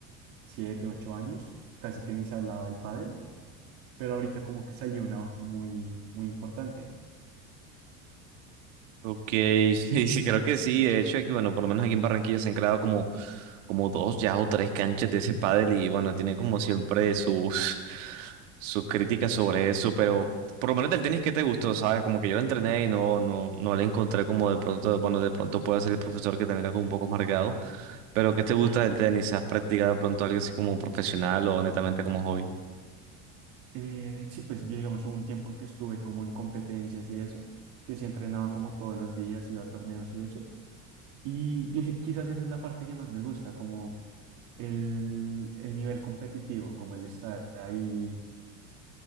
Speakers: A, on the right; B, on the right.
A: 7 8 años casi que ni se hablaba del pádel, pero ahorita como que salió un auge muy, muy importante.
B: Ok, <laughs> sí, creo que sí. De hecho, aquí, bueno, por lo menos aquí en Barranquilla se han creado como, como dos ya o tres canchas de ese pádel y bueno, tiene como siempre sus, sus críticas sobre eso, pero por lo menos del tenis, ¿qué te gustó? ¿Sabes? Como que yo lo entrené y no, no, no le encontré como de pronto, bueno, de pronto puede ser el profesor que también era como un poco amargado, pero ¿qué te gusta
A: <laughs>
B: del tenis? ¿Has practicado de pronto algo así como profesional o netamente como hobby?
A: Eh, sí, pues yo, digamos, hubo un tiempo en que estuve como en competencias y eso, que sí entrenaba como todos los días, iba a torneos y eso. Y yo sí- quizás esa es la parte que más me gusta, como el, el nivel competitivo, como el estar ahí,